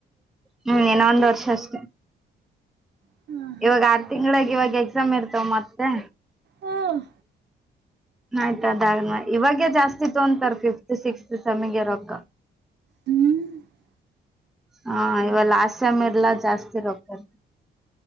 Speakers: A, in the centre; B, on the right (about 60°).
A: ಹ್ಮ್ ಇನ್ನ ಒಂದು ವರ್ಷ ಅಸ್ಟೇ.
B: ಹ್ಮ <inaudible>
A: ಇವಾಗ ಆರ್ ತಿಂಗಳಾಗಿ ಇವಾಗ ಎಕ್ಸಾಮ್ ಇರ್ತವ ಮತ್ತೆ.
B: ಹ್ಮ್
A: ಆಯ್ತದಾಗ ಇವಾಗೆ ಜಾಸ್ತಿ ತೊಂತರ್ ಫಿಫ್ತ್ ಸಿಕ್ಸ್ತ್ ಸಮಗೆ ರೊಕ್ಕ.
B: ಹ್ಮ್ <inaudible>
A: ಹಾ ಇವಲ್ಲ ಲಾಸ್ಟ ಸೇಮ್ ಎಲ್ಲಾ ಜಾಸ್ತಿ ರೊಕ್ಕ.